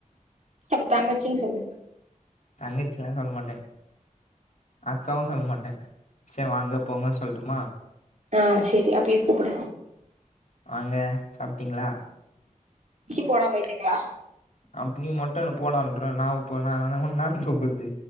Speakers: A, on the right; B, on the left.
A: ச அப்ப தங்கச்சினு சொல்லு
B: தங்கச்சின்லா சொல்லமாட்டே அக்காவு சொல்லமாட்டே சே வாங்க போங்க சொல்லுட்டுமா
A: ஆ சேரி அப்பியே கூப்புடு
B: வாங்க சாப்ட்டிங்ளா
A: சி போடா பைத்திங்ளா
B: அப்ப நீ மட்டு என்ன போடன்ரா நா உப்ப ந உன்ன கூப்புறது